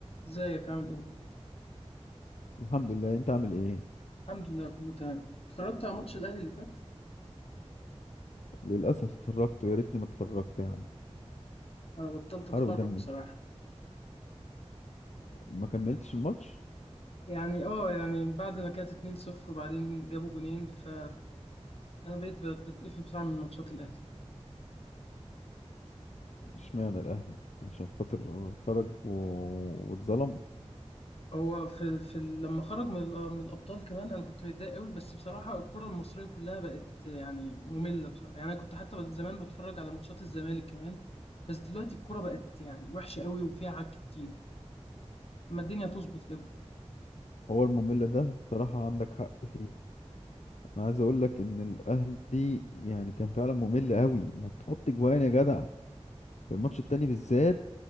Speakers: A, on the left; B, on the left.
A: ازيك عامل ايه؟
B: الحمد لله انت عامل ايه
A: الحمد لله كله تمام اتفرجت على ماتش الاهلي اللي فات
B: للاسف اتفرجت ويا ريتني ما اتفرجت يا عم
A: انا بطلت اتفرج
B: حرق دمي
A: بصراحة
B: ما كملتش الماتش
A: يعني اه يعني بعد ما كانت 2-0 وبعدين جابوا جونين ف انا بقيت بت- بتقفل بسرعة من ماتشات الاهلي
B: اشمعنى الاهلي عشان خاطر خرج و... واتظلم
A: هو في, في لما خرج من, ال- من الابطال كمان انا كنت متضايق قوي بس بصراحة الكرة المصرية كلها بقت يعني مملة بصراحة يعني انا كنت حتى بت- زمان بتفرج على ماتشات الزمالك كمان بس دلوقتي الكرة بقت يعني وحشة قوي وفيها عك كتير فما الدنيا تظبط كده
B: هو الممل ده بصراحة عندك حق فيه انا عايز اقول لك ان الاهلي يعني كان فعلا ممل قوي ما تحط جوان يا جدع في الماتش التاني بالذات